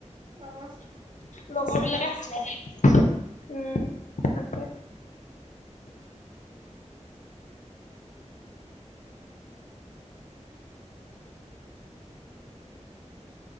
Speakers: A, on the right; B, on the left.
A: আহ,
B: লগৰ
A: ইনষ্টাগ্ৰাম
B: বিলাকে
A: আছে?
B: হাঁহে উম তাকে।